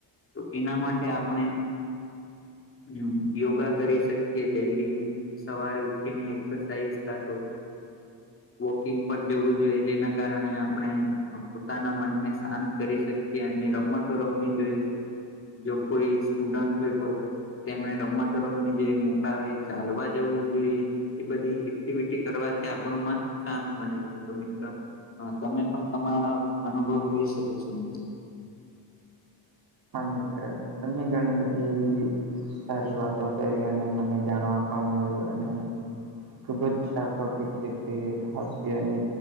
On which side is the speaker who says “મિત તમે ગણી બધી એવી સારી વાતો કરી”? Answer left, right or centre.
Right